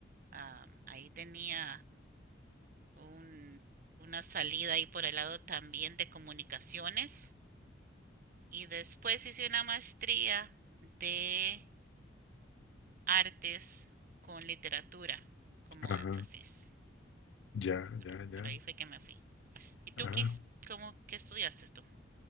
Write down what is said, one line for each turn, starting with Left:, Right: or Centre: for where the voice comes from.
Right: Ah, ahí tenía un, una salida ahí por el lado también de comunicaciones y después hice una maestría de artes con literatura como
Left: ajá,
Right: énfasis.
Left: ya,
Right: Por,
Left: ya, ya.
Right: por ahí fue que me fui. ¿Y tú
Left: ajá.
Right: qué, cómo, qué estudiaste tú?